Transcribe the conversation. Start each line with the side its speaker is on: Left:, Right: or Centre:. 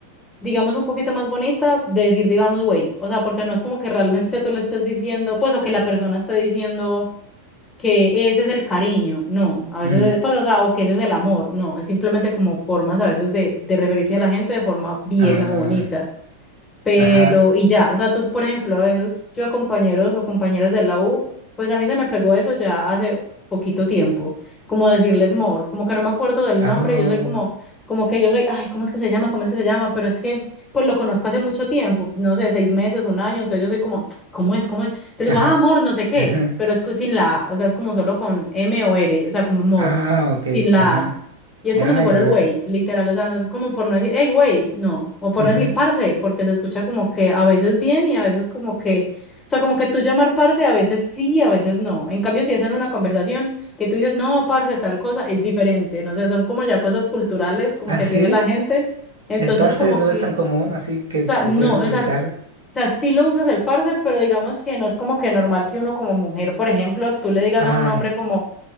Left: digamos, un poquito más bonita de decir, digamos, güey. O sea, porque no es como que realmente tú le estés diciendo, pues, o que la persona esté diciendo que ese es el cariño. No, a veces,
Right: Ujú.
Left: pues, o sea, o que ese es el amor. No, es simplemente como formas a veces de, de referirse a la gente de forma bien
Right: Ah,
Left: o bonita. pero
Right: ajá.
Left: y ya, o sea, tú, por ejemplo, a veces yo a compañeros o compañeras de la U, pues a mí se me pegó eso ya hace poquito tiempo, como decirles mor, como que no me acuerdo del
Right: Ah,
Left: nombre, yo soy como, como que yo soy, ay, ¿cómo es que se llama? ¿Cómo es que se llama? Pero es que, pues lo conozco hace mucho tiempo, no sé, seis meses, un año, entonces yo soy como, ¿cómo es? ¿Cómo es? Te digo,
Right: ajá.
Left: ah, amor, no sé qué,
Right: Ajá.
Left: pero es que sin la, A, o sea, es como solo con M o R, o sea, como mor,
Right: Ah, ok.
Left: sin la...
Right: Ajá.
Left: A. Y es
Right: Ay,
Left: como si fuera
Right: ay,
Left: el güey,
Right: ay.
Left: literal, o sea, no es como por no decir, hey, güey, no, o por
Right: Ujú.
Left: no decir parce, porque se escucha como que a veces bien y a veces como que, o sea, como que tú llamar parce a veces sí, a veces no. En cambio, si es en una conversación que tú dices, no, parce, tal cosa, es diferente, no sé, son como ya cosas culturales como
Right: Ah,
Left: que
Right: sí.
Left: tiene la gente. Entonces,
Right: El parse
Left: como
Right: no
Left: que,
Right: es tan
Left: o
Right: común, así que
Left: sea,
Right: lo
Left: no,
Right: puedes utilizar.
Left: o sea, s- o sea, sí lo usas el parce, pero digamos que no es como que normal que uno como mujer, por ejemplo, tú le digas
Right: Ah,
Left: a un hombre como